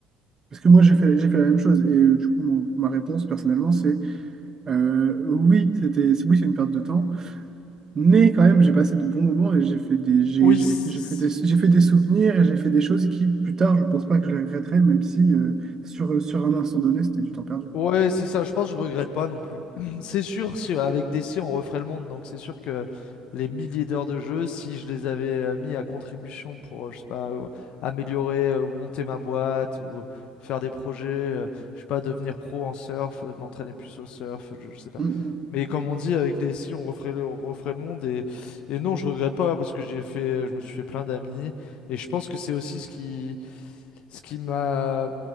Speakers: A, on the right; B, on the left.
A: Parce que moi, j'ai fait, j'ai fait la même chose. Et euh, du coup, mon- ma réponse, personnellement, c'est euh, oui, c'était, c'est- oui, c'est une perte de temps. Mais quand même, j'ai passé de bons moments et j'ai fait des, j'ai,
B: Oui,
A: j'ai-
B: c-
A: j'ai fait des, j'ai fait des souvenirs et j'ai fait des choses qui, plus tard, je pense pas que je les regretterai, même si euh, sur, sur un instant donné, c'était du temps perdu.
B: Ouais, c'est ça. Je pense que je regrette pas non plus. <clears throat> C'est sûr, si avec DC, on referait le monde. Donc, c'est sûr que les milliers d'heures de jeu, si je les avais euh, mis à contribution pour, euh, je sais pas, euh, améliorer, euh, monter ma boîte ou faire des projets, euh, je sais pas, devenir pro en surf, euh, m'entraîner plus au surf, je, je sais pas.
A: Mm, mm.
B: Mais comme on dit, avec les si, on referait le, on referait le monde. Et, et non, je regrette pas parce que j'ai fait, je me suis fait plein d'amis. Et je pense que c'est aussi ce qui ce qui m'a euh,